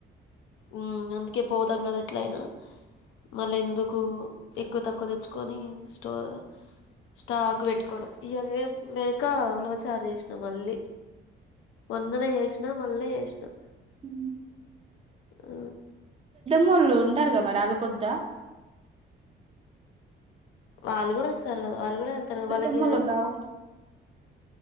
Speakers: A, on the left; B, on the right.
A: ఉ అందుకే పోదాం కదా ఎట్ల అయినా మళ్ళ ఎందుకు ఎక్కువ తక్కువ తెచ్చుకొని స్టోవ స్టాక్ పెట్టుకోవడం ఇవ లేం లేక ఉలువ చార్జ్ చేసినా మళ్ళీ వందనే చేసినా మళ్ళీ చేసినా
B: హ
A: ఆ
B: ళ్ళు ఉంటారు కద మరి అళ్లకొద్ద
A: వాళ్ళు కూడా వస్తారు కదా వాళ్ళు కూడా వెళ్తారుదా
B: పెద్దమ్మోళ్ళకి
A: వాళ్ళకి
B: కావాలి